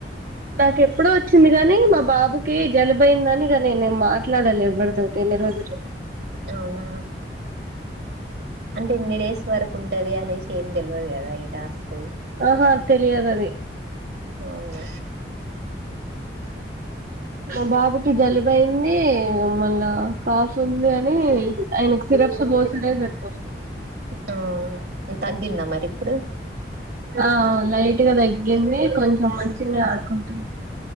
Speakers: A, on the right; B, on the right.
A: నాకెప్పుడో వచ్చింది గానీ మా బాబుకి జలుబయిందని ఇగ నేనేం మాట్లాడా లేదు ఎవరితో ఇన్ని రోజులు
B: అవునా అంటే ఎన్ని డేస్ వరకు ఉంటది అనేసి ఏం తెల్వదు కదా ఈ టాస్క్
A: ఆహా తెలియదు అది
B: అవును
A: మా బాబుకి జలుబైంది మళ్ళా కాఫ్ ఉంది అని ఆయనకి సిరప్స్ బోసలే సరిపోతుంది.
B: అవును తగ్గిందా మరి ఇప్పుడు
A: ఆ లైట్గా తగ్గింది కొంచెం మంచిగానే ఆడుకుంటుండు